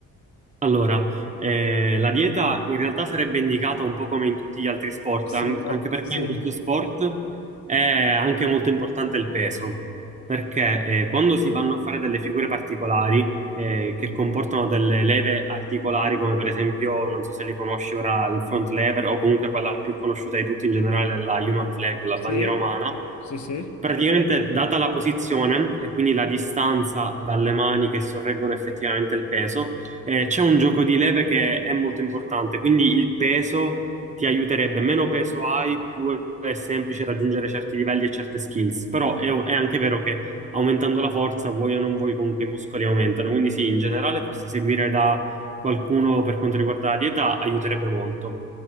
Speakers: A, on the right; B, on the left.
A: Allora, eh, la dieta in realtà sarebbe indicata un po' come in tutti gli altri sport,
B: Sì,
A: an-
B: fa-
A: anche perché
B: sì.
A: in questo sport è anche molto importante il peso, perché eh, quando si vanno a fare delle figure particolari eh, che comportano delle leve articolari, come per esempio, non so se li conosci ora, il front lever o comunque quella più conosciuta di tutti in generale, la human flag, la
B: Sì,
A: bandiera umana,
B: sì, sì.
A: Praticamente, data la posizione e quindi la distanza dalle mani che sorreggono effettivamente il peso, eh, c'è un gioco di leve che è molto importante, quindi il peso ti aiuterebbe. Meno peso hai, più è è semplice raggiungere certi livelli e certe skills. Però è, è anche vero che aumentando la forza, vuoi o non vuoi, comunque i muscoli aumentano. Quindi sì, in generale farsi seguire da qualcuno per quanto riguarda la dieta aiuterebbe molto.